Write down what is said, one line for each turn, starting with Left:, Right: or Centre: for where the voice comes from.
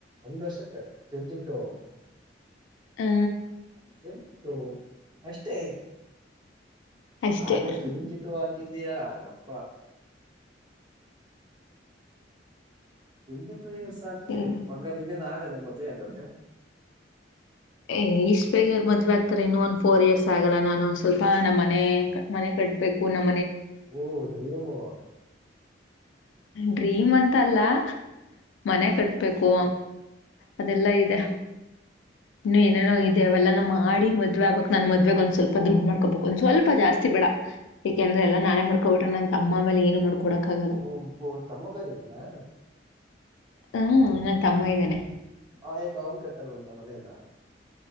Right: ಒಂದ್ ವರ್ಷ ಕ ಟ್ವೆಂಟಿ ಟು
Left: ಹ್ಮ
Right: <unintelligible> ಓ.. ಅಷ್ಟೇ
Left: ಅಷ್ಟೇ
Right: ಆದ್ರೆ ಟ್ವೆಂಟಿ ಟೂ ಆಗಿ ಇದಯಾ ಯಪ್ಪಾ ಟ್ವೆಂಟಿ ಟು ಇಯರ್ಸ್ ಆಗದೆ
Left: ಹ್ಮ್
Right: ಹಂಗಾದ್ರೆ ಇನ್ನೇನ್ ಆಗತ್ತ ಮದ್ವೆ ಹಂಗಾದ್ರೆ
Left: ಏ್ ಇಷ್ಟ್ ಬೇಗ್ ಯಾರ್ ಮದ್ವೆ ಆಗ್ತರೆ? ಇನ್ನು ಒಂದ್ ಫೋರ್ ಇಯರ್ಸ್ ಆಗಲ್ಲ, ನಾನು ಒಂದ್ ಸ್ವಲ್ಪ ನಮ್ಮ ಮನೆ ಮ- ಬೇಕು ನ
Right: ಓ ಡ್ರೀಮೂ
Left: ಡ್ರೀಮ್ ಅಂತ ಅಲ್ಲ ಮನೆ ಕಟ್ಟ <unintelligible> ಬೇಕು ಅದೆಲ್ಲಾ ಇದೆ ಇನ್ನು ಏನೇನೋ ಇದೆ ಅವೆಲ್ಲಾನ ಮಾಡಿ ಮದ್ವೆ ಆಗ್ಬೇಕಕ್ ನಾನ್ ಮದ್ವೆಗ ಒಂದ್ ಸ್ವಲ್ಪ ದುಡ್ಡು ಮಾಡ್ಕೋಬೇಕಕ್ ಒಂದ್ ಸ್ವಲ್ಪ ಜಾಸ್ತಿ ಬೇಡ ಯಾಕೆಂದ್ರೆ ಎಲ್ಲಾ ನಾನೇ ಮಾಡ್ಕೊಬಿಟ ನನ್ ತಮ್ಮ ಮೇಲೆ ಏನು ಮಾಡ್ಕೊಡಕ್ ಹಾಗಲ್ಲ
Right: ಒಬ್ಬ ತಮ್ಮ ಬೇರೆ ಇದನಾ
Left: ಹ್ಮ ನನ್ ತಮ್ಮ ಇದ್ದೇನೆ
Right: ಹಾ ಅವಂತ ಕಟ್ಟಲ್ವಂತ ಮನೆ ನ